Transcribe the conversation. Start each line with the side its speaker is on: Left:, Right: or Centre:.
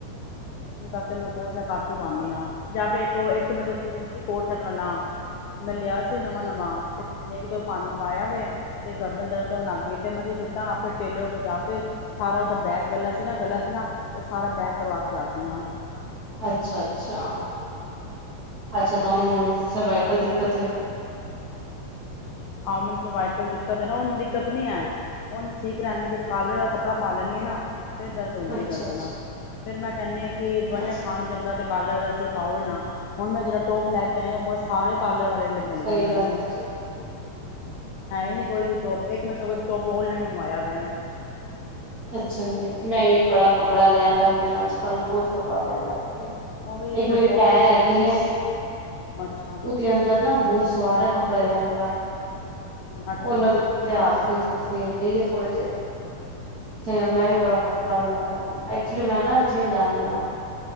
Left: ਈਸੇ ਕਰਕੇ ਮੈਂ ਕੋਟ ਸੈਟ ਘਟ ਟ ਈ ਪਾਨੇ ਆਂ ਜਾਂ ਫਿਰ ਇੱਕ ਇੱਕ ਮੇਰੇ ਕੋਲ ਸੂਟ ਸੀ ਕੋੜ ਸੇਟ ਵਾਲਾ ਮੈਂ ਲਿਆ ਸੀ ਨਵਾਂ ਨਵਾਂ ਤੇ ਇੱਕ ਦੋ ਪਾਇਆ ਵੇ ਤੇ ਗਰਦਨ ਦਰਦ ਹੋਣ ਲੱਗ ਗਈ ਫਿਰ ਮੈਂ ਕੀ ਕੀਤਾ ਆਪੇ ਟੇਲਰ ਕੋਲ ਜਾ ਕੇ ਸਾਰਾ ਓਹਦਾ ਬੈਕ ਗਲਾ ਸੀ ਨਾ ਗਲਾ ਸੀ ਨਾ ਉਹ ਸਾਰਾ ਬੈਕ ਕਰਵਾ ਕੇ ਆ ਗਈਆਂ
Right: ਅੱਛਾ ਅੱਛਾ ਅੱਛਾ ਤੁਆਨੂੰ ਸਰਵਾਈਕਲ ਦਿੱਕਤ ਏ?
Left: ਆਹ ਮੈਨ ਸਰਵਾਈਕਲ ਦਿੱਕਤ ਏ ਨਾ, ਓੰਜ ਜਦਿੱਕਤ ਨੀ ਐ, ਉਂਜ ਠੀਕ ਰੈਨੀ, ਜਦ ਕਾਲਰਾ ਕੱਪੜਾ ਪਾ ਲੈਦੀ ਆ ਨਾ ਫਿਰ ਦਰਦ ਹੁੰਦੀ
Right: ਅੱਛਾ
Left: ਗਰਦਨ
Right: ਅੱਛਾ
Left: ਆ ਫੇਰ ਮੈਂ ਕੈਨੀ ਆ ਕਿ ਦਵਾਈਆਂ
Right: ਅੱਛਾ,
Left: ਖਾਣ ਚੰਗਾ ਤੇ ਕਾਲਾ ਵਾਲਾ ਚੀਂ ਪਾਓ ਨਾ। ਹੁਨ ਮੈ ਜੇੜਾ ਟੋਪ ਲੈ ਕੇ ਆਈ ਓ ਮ ਸਾਰੇ ਕਾਲਰ ਵਾਲੇ ਮਿਲ
Right: ਸਹੀ
Left: ਗੇ ਨੇ ਮੈਨੂੰ
Right: ਗੱਲ ਹੈ ਜੀ
Left: ਹੈ ਹੀ ਨਈ ਕੋਈ ਵੀ ਟੋਪ ਇੱਕ ਮੈਂ ਸਗੋ ਟੋਪ ਓਨਲਾਈਨ ਮੰਗਵਾਇਆ ਵੇ
Right: ਅੱਛਾ ਜੀ, ਮੈਂ ਵੀ ਬੜਾ ਕੱਪੜਾ ਲੈਨ ਲੱਗ ਵੀ ਅੱਜ-ਕੱਲ ਬੋਤ ਕੱਪੜਾ ਲੈਣ ਲੱਗ ਗੀਆ।
Left: ਉਹ ਵੀ
Right: ਇੱਕ
Left: ਤੇ
Right: ਮੇਰੀ
Left: ਟੋਪ
Right: ਪੈਣ ਹੈਗੀ ਹੈ,
Left: ਅੱਛਾ
Right: ਓਦੇ ਅੰਦਰ ਨਾ ਭੂਤ ਸਵਾਰਕ ਕੱਪੜੇ ਲੈਨ ਦਾ।
Left: ਅੱਛਾ
Right: ਓ ਲੱਗਦੇ
Left: ਅੱਛਾ
Right: ਹੱਥ ਵਿਚ ਆਪਾਂ ਫੇਰ ਕਹੀਏ ਥੋੜੇ ਜੇਹੇ। ਤੇ ਮੈਂ ਵੀ ਬੜਾ ਕੱਪੜਾ ਲੈਣ ਲੱਗ ਗਈ ਆ ਐਕਚਲੀ ਮੈਂ ਨਾ ਜਿੰਮ ਜਾਨੀ ਆ